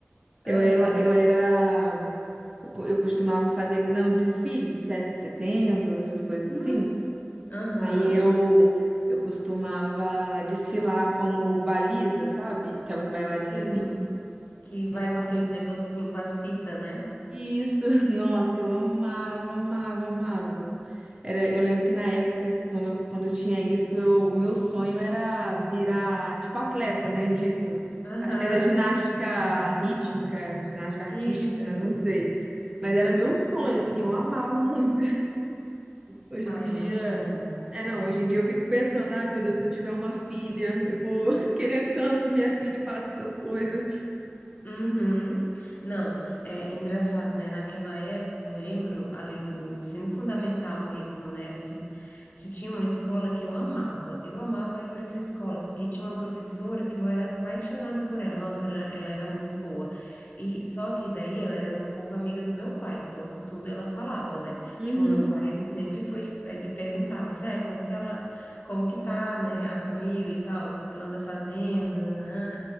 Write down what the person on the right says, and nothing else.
Eu
era, eu era, eu co- eu costumava fazer, não, desfile de 7 de setembro, essas coisas
assim.
Aí eu eu costumava desfilar como baliza, sabe? Aquelas bailarinas.
Nossa,
isso, <laughs> nossa, eu amava, amava, amava. Era, eu lembro que na época, quando, eu- quando eu tinha isso, eu- o meu sonho era virar, tipo, atleta, né, disso.
Acho que era ginástica rítmica, ginástica artística,
não sei. Mas era meu sonho, assim, eu amava muito. Hoje
em dia.
É, não, hoje em dia eu fico pensando, ai meu Deus, se eu tiver uma filha, eu vou <laughs> querer tanto que minha filha faça essas coisas.
Uhum,